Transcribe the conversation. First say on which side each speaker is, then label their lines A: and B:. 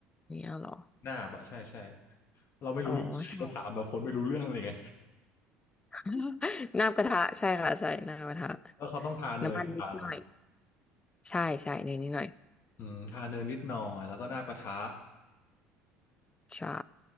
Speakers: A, on the left; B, on the left.
A: อย่างเนี้ยเหรอ
B: หน้าปะใช่ใช่เราไม่รู้เรื่องเราถามแบบคนไม่รู้เรื่องเลยไง
A: อ๋อใช่ <laughs> นาบกระทะใช่ค่ะใช่นาบกระทะ
B: แล้วเขาต้องทาเนยทาเนย
A: น้ำมันนิดหน่อยใช่ใช่ในนิดหน่อย
B: อืมทาเนยนิดหน่อยแล้วก็หน้ากระทะ
A: ใช่